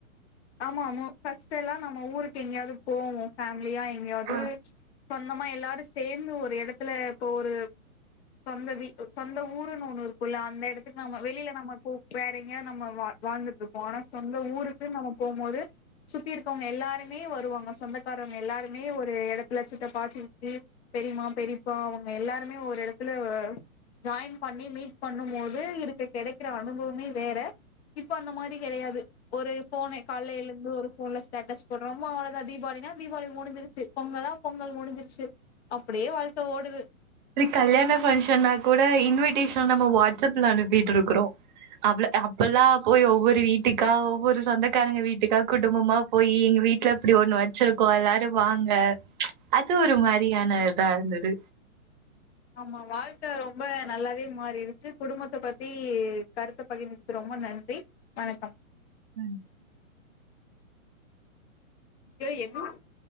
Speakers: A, on the left (about 50°); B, on the right (about 35°).
A: ஆமா ஆமா ஃபஸ்ட்டெல்லா நம்ம ஊருக்கு எங்கேயாவ்து போவோ ஃபேமிலியா எங்கேயாவ்து
B: ஆ
A: சொந்தமா எல்லாரு சேந்து ஒரு எடத்துல இப்போ ஒரு சொந்த வீ ஒ சொந்த ஊருன்னு ஒண்ணு இரு க்குல்ல அந்த எடத்துக்கு நம்ம வெளியில நம்ம இப்போ கேரின்கா நம்ம வா வாழ்ந்துட்ருக்கோ ஆனா சொந்த ஊருக்கு நம போம்போது சுத்தி இருக்கவ்ங்க எல்லாருமே வருவாங்க சொந்தக்காரங்க எல்லாருமே ஒரு எடத்துல சித்தப்பா சித்தி பெரிம்மா பெரிப்பா அவங்க எல்லாருமே ஒரு எடத்துல ஆ ஜாயின் பண்ணி மீட் பண்ணும்மோது இதுக்கு கடைக்குற அனுபவமே வேற இப்ப அந்தமாரி கடையாது ஒரு ஃபோன்னு கால்ல எழுந்து ஒரு ஃபோன்ல ஸ்டேட்டஸ் போட்றோமோ அவ்வளதா தீபாவளினா தீபாவளி முடிஞ்சிருச்சு பொங்கலா பொங்கல் முடிஞ்சிருச்சு அப்படியே வாழ்க்க ஓடுது
B: கல்யாண பங்க்ஷன்னா கூட இன்விடேஷன் நம்ம வாட்ஸ் அப்ல அனுப்பிட்ருக்குறோ அவள அப்பல்லா போய் ஒவ்வொரு வீட்டுக்கா ஒவ்வொரு சொந்தக்காரங்க வீட்டுக்கா குடும்பமா போயி எங்க வீட்ல இப்டி ஒன்னு வெச்சிருக்கோ எல்லாரு வாங்க அது ஒருமாரியான இதா இருந்தது
A: ஆமா வாழ்க்க ரொம்ப நல்லாவே மாரிருச்சு குடும்பத்த பத்தி கருத்த பகிர்ந்து ரொம்ப நன்றி வணக்கம்
B: ம்
A: ஆ <unintelligible>